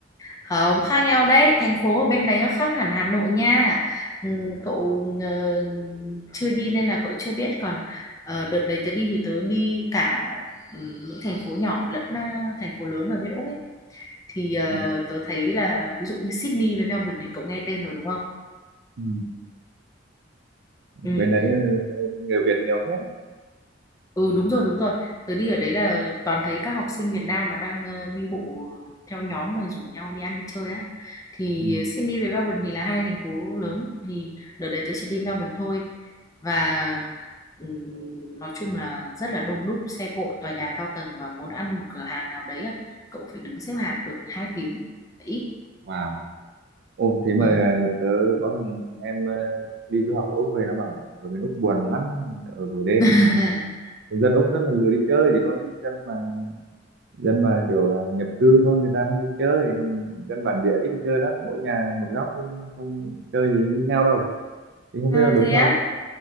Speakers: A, on the left; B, on the right.
A: không khác nhau đấy thành phố ở bên đấy nó khác hẳn Hà Nội nha Ừm, cậu ờ, chưa đi nên là cậu chưa biết còn ờ, đợt đấy tớ đi thì tớ đi cả ừm, những thành phố nhỏ lẫn à, thành phố lớn ở bên Úc ấy thì ờ,
B: ừ.
A: tớ thấy là ví dụ như Sydney với Melbourne thì cậu nghe tên rồi đúng không
B: Ừ.
A: Ừ.
B: bên đấy ờ, người Việt nhiều phết á.
A: Ừ đúng rồi đúng rồi Tớ đi ở đấy là toàn thấy các học sinh Việt Nam mà đang ờ, đi bộ theo nhóm rồi rủ nhau đi ăn đi chơi á Thì
B: Ừ.
A: Sydney với Melbourne thì là hai thành phố lớn Thì đợt đấy tớ chỉ đi Melbourne thôi Và ừm, nói chung là rất là đông đúc xe cộ tòa nhà cao tầng Và muốn ăn một cửa hàng nào đấy á Cậu phải đứng xếp hàng đợi 2 tiếng Ít
B: wow ô thế mà
A: ừ.
B: ờ, tớ có thằng, thằng em ờ, đi du học ở Úc về nó bảo là ở bên Úc buồn lắm ở buổi đêm
A: <laughs>
B: dân Úc rất là lười đi chơi chỉ có dân mà dân mà kiểu là nhập cư thôi người ta mới đi chơi còn dân bản địa ít đi chơi lắm mỗi nhà một góc chứ không chơi gì với nhau đâu thì không
A: À
B: biết là đúng
A: thế
B: không
A: á